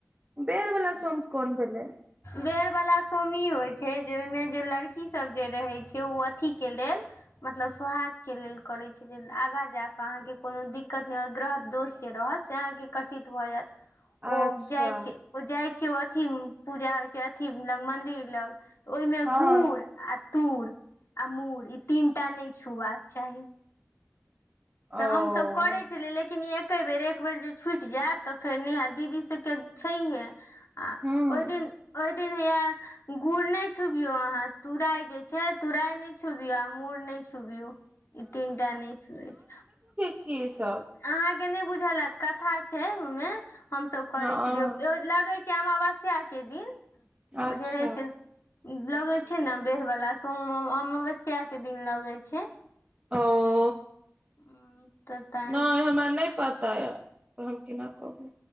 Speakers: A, on the right; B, on the left.
A: बेर बला सोम कोन भेलै।
B: बेर बला सोम ई होय छै जे ओय मे जे लड़की सब जे रहै छै उ अथी के लेल मतलब सोहाग के लेल करे छै जे अगा जाके अहाँ के कोनो दिक्कत नै होय ग्रह दोष जे रहत से अहाँ के कटित भऽ जाएत।
A: अच्छा
B: ओ जाय छै, ओ जाय छै ओ अथी उम्म पूजा होय छै अथी लग मंदिर लग तऽ ओय मे
A: हँ
B: गुड़ आ तुड़ आ मूड़ ई तीनटा नै छुबाक चाही। तऽ
A: ओ
B: हम सब करै छलियै लेकिन ए के बेर एक बेेर जे छुट जाएत तऽ फेर नै हाएत दीदी सबके छैहये। आ
A: हूँ
B: ओय दिन, ओय दिन हैया गुड़ नै छुबयो अहाँ तूराय जे छै, तुराय नै छुबयौ आ मुड़ नै छुबयौ, ई तीनटा नै छुए छै।
A: छी सब।
B: अहाँ के नै बुझल हाएत कथा छै ओय मे हम सब करै
A: हँ
B: छलिये, एगो लगै छै अमावस्या के दिन
A: अच्छा
B: ओ जे रहै छै ई लगे छै ने बेड़ बला सोम अमावस्या के दिन लगे छै।
A: औ।
B: उम्म त तऽ तैं
A: नै हमरा नै पता यऽ तऽ हम केना कहु।